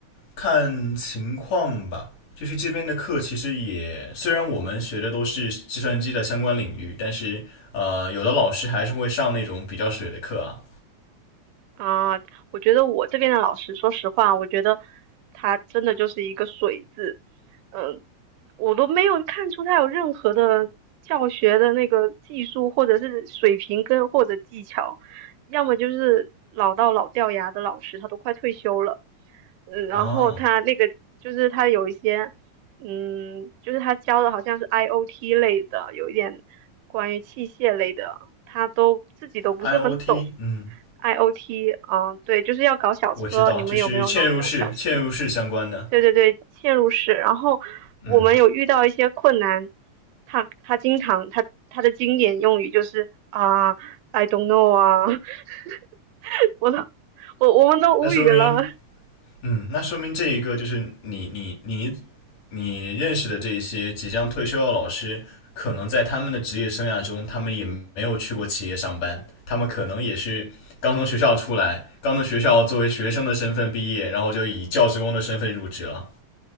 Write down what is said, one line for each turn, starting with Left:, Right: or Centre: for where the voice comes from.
Left: 看情况吧，就是这边的课其实也，虽然我们学的都是计算机的相关领域，但是呃，有的老师还是会上那种比较水的课啊。
Right: 啊，我觉得我这边的老师，说实话，我觉得他真的就是一个水字，嗯，我都没有看出他有任何的教学的那个技术或者是水平跟或者技巧，要么就是老到老掉牙的老师，他都快退休了，嗯，然后他那个就是他有一些，
Left: 啊
Right: 嗯，就是他教的好像是 IOT 类的，有一点关于器械类的，他都自己都不是很懂。
Left: ，IOT，嗯，
Right: IOT，啊，对，就是要搞小车，
Left: 我知道，
Right: 你们有没有弄那种小车？
Left: 就是嵌入式、嵌入式相关的，
Right: 对对对，嵌入式。然后我们有遇到一些困难，
Left: 嗯，
Right: 他他经常他他的经典用语就是啊，I don't know 啊，<laughs> 我都我我们都无语了。
Left: 那说明嗯，那说明这一个就是你你你你认识的这一些即将退休的老师，可能在他们的职业生涯中，他们也没有去过企业上班，他们可能也是刚从学校出来，刚从学校作为学生的身份毕业，然后就以教职工的身份入职了。